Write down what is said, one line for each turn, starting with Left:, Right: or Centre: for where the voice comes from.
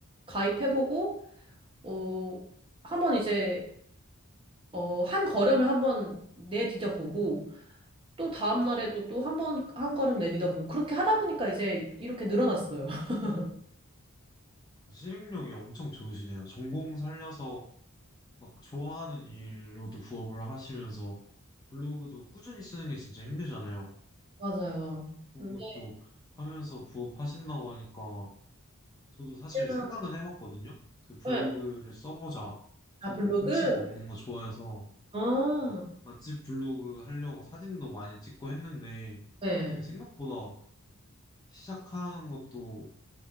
Right: 가입해보고, 어, 한번 이제, 어, 한 걸음을 한번 내디뎌보고, 또 다음 날에도 또 한 번, 한 걸음 내딛어 보고 그렇게 하다 보니까 이제 이렇게 늘어났어요. <laughs>
Left: 실행력이 엄청 좋으시네요. 전공 살려서 막 좋아하는 일로도 부업을 하시면서 블로그도 꾸준히 쓰는 게 진짜 힘들잖아요.
Right: 맞아요.
Left: 그런
Right: 근데
Left: 것도 하면서 부업 하신다고 하니까 저도 사실
Right: 그냥,
Left: 생각은 해봤거든요. 그 블로그를
Right: 네.
Left: 써보자. 전
Right: 아, 블로그?
Left: 음식 먹는 거 좋아해서
Right: 어,
Left: 막 맛집 블로그 하려고 사진도 많이 찍고 했는데
Right: 네.
Left: 그게 생각보다 시작한 것도